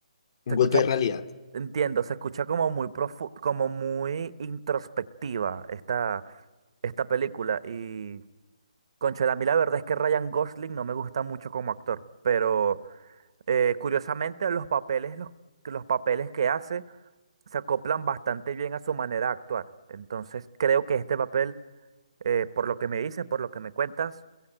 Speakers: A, on the left; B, on the right.
A: un
B: se escucha,
A: golpe de realidad.
B: entiendo, se escucha como muy profu- como muy introspectiva esta, esta película. Y, conchale, a mí la verdad es que Ryan Gosling no me gusta mucho como actor, pero eh, curiosamente los papeles, los, los papeles que hace se acoplan bastante bien a su manera de actuar. Entonces creo que este papel eh, por lo que me dices, por lo que me cuentas,